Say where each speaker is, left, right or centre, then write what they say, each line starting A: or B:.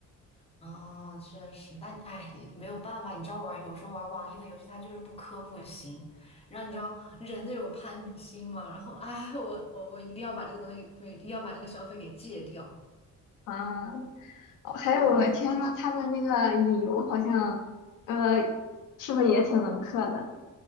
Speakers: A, on the left; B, on the left.
A: 哦，确实，但你哎，没有办法，你知道玩，有时候玩网易的游戏，它就是不氪不行。然后你知道人就有攀比心嘛，然后哎，我我我一定要把这个东西，不是一定要把这个消费给戒掉，
B: 啊，哦还有我听说他们那个乙游好像，
A: 太费劲。
B: 呃，是不是也挺能氪的？